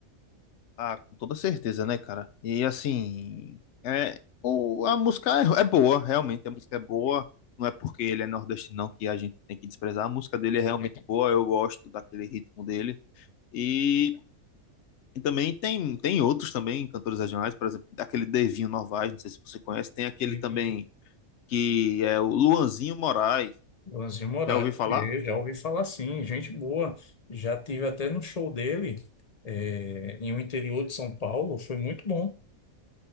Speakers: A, on the left; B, on the left.
A: Ah, com toda certeza, né, cara? E assim, é, o, a música é, é boa, realmente, a música é boa. Não é porque ele é nordestino não que a gente tem que desprezar. A música dele é realmente boa, eu gosto daquele ritmo dele. E também tem, tem outros também, cantores regionais, por exemplo, aquele Devinho Novaes, não sei se você conhece, tem aquele
B: Sim.
A: também que é o Luanzinho Moraes,
B: Lanzinho Moraes,
A: já ouviu falar?
B: eu já ouvi falar assim, gente boa. Já tive até no show dele, é, em um interior de São Paulo, foi muito bom.